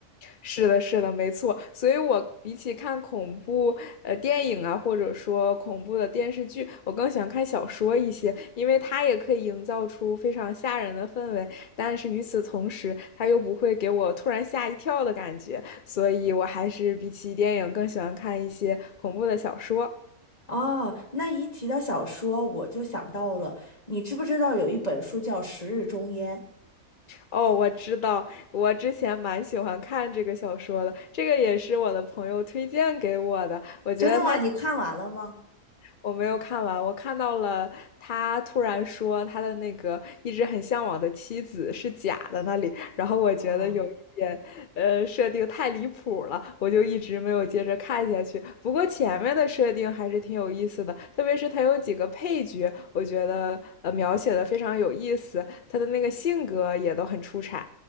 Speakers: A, on the left (about 55°); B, on the left (about 25°).
A: 是的，是的，没错。所以我比起看恐怖呃电影啊，或者说恐怖的电视剧，我更喜欢看小说一些，因为它也可以营造出非常吓人的氛围，但是与此同时，它又不会给我突然吓一跳的感觉。所以我还是比起电影更喜欢看一些恐怖的小说。
B: 哦，那一提到小说，我就想到了，你知不知道有一本书叫《十日终焉》？
A: 哦，我知道，我之前蛮喜欢看这个小说的，这个也是我的朋友推荐给我的，我觉得它。
B: 真的吗？你看完了吗？
A: 我没有看完，我看到了他突然说他的那个一直很向往的妻子是假的那里，然后我觉得有一点，
B: 啊。
A: 呃，设定太离谱了，我就一直没有接着看下去。不过前面的设定还是挺有意思的，特别是他有几个配角，我觉得呃描写的非常有意思，他的那个性格也都很出彩。